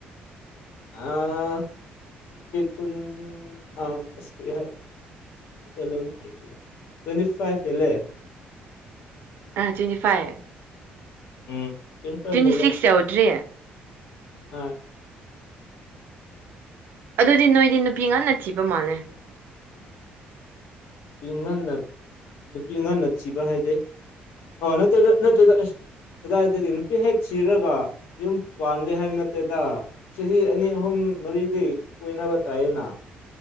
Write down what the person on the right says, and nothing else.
ꯑꯥ ꯇꯨꯟꯇꯤ ꯐꯥꯏ
ꯁꯤꯛꯁ ꯌꯧꯗ꯭ꯔꯤ
ꯑꯗꯨꯗꯤ ꯅꯣꯏꯗꯤ ꯅꯨꯄꯤ ꯉꯟꯅ ꯊꯤꯕ ꯃꯥꯜꯂꯦ